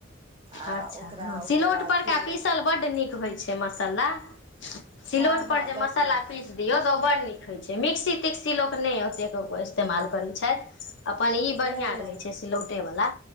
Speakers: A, on the right (about 30°); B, on the left (about 65°).
A: आ
B: अच्छा
A: ओकरा
B: हँ
A: ओकर
B: सिलौट
A: बाद
B: परका
A: फेर
B: पीसल बड्ड नीक होइत छै मसाला सिलौट
A: हँ हँ
B: पर जे
A: बड
B: मसाला
A: नीक
B: पीस दियौ तऽ ओ बढ़नीक होइ छै मिक्सी तिक्सी लोक नहि ओतेक इस्तेमाल करै छथि अपन ई
A: नहि
B: बढ़िआँ
A: नहि नहि
B: रहै छै सिलौटेवला